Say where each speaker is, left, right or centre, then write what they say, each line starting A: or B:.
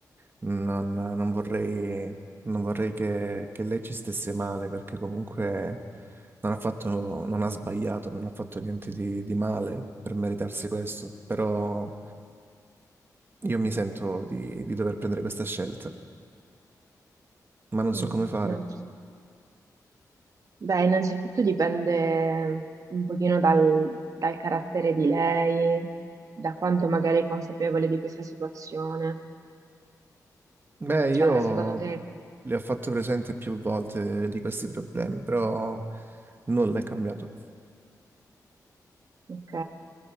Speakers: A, on the right; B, on the right.
A: non, non vorrei, non vorrei che, che lei ci stesse male, perché comunque non ha fatto, non ha sbagliato, non ha fatto niente di, di male per meritarsi questo. Però io mi sento di, di dover prendere questa scelta, ma non
B: Mm,
A: so come fare.
B: innanzi- Beh, innanzitutto dipende un pochino dal, dal carattere di lei, da quanto magari è consapevole di questa situazione.
A: Beh,
B: Cioè,
A: io
B: secondo te,
A: le ho fatto presente più volte di questi problemi, però nulla è cambiato.
B: ok?